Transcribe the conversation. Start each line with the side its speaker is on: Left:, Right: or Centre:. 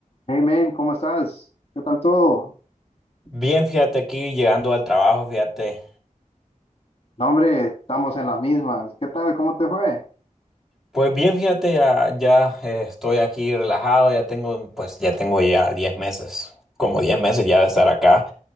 Left: Hey man, ¿cómo estás? ¿Qué tal todo?
Centre: Bien, fíjate aquí llegando al trabajo, fíjate.
Left: No, hombre, estamos en las mismas. ¿Qué tal? ¿Cómo te fue?
Centre: Pues bien, fíjate, ya, ya eh, estoy aquí relajado, ya tengo, pues ya tengo ya 10 meses, como 10 meses ya de estar acá.